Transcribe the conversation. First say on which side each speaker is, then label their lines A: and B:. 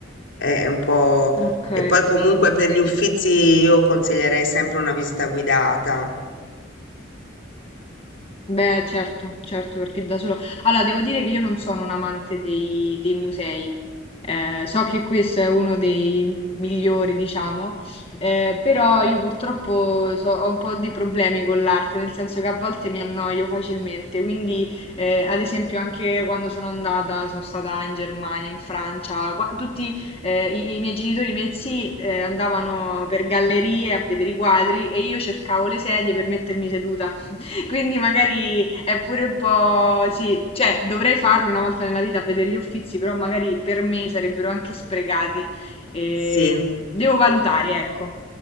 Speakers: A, on the left; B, on the left.
A: è un po'...
B: Ok.
A: E poi comunque per gli Uffizi io consiglierei sempre una visita guidata,
B: Beh, certo, certo, perché da solo... Allora, devo dire che io non sono un amante dei, dei musei. Eh, so che questo è uno dei migliori, diciamo, eh, però io purtroppo so- ho un po' di problemi con l'arte, nel senso che a volte mi annoio facilmente, quindi eh, ad esempio anche quando sono andata, sono stata in Germania, in Francia, qua- tutti eh, i, i miei genitori, i miei zii eh, andavano per gallerie a vedere i quadri e io cercavo le sedie per mettermi seduta quindi magari è pure un po', sì, cioè dovrei farlo una volta nella vita a vedere gli Uffizi, però magari per me sarebbero anche sprecati. E
A: sì.
B: devo valutare, ecco.